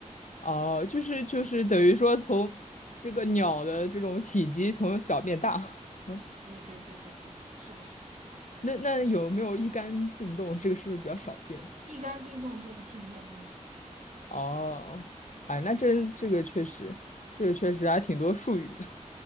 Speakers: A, on the left (about 70°); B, on the right (about 70°).
A: 哦，就是就是等于说从这个鸟的这种体积从小变大。<laughs> 嗯，
B: 对对对对对，是的，是的，
A: 那那有没有一杆进洞？这个是不是比较少见？
B: 一杆进洞就是信天翁。
A: 哦，哎，那真这个确实，这个确实还挺多术语的。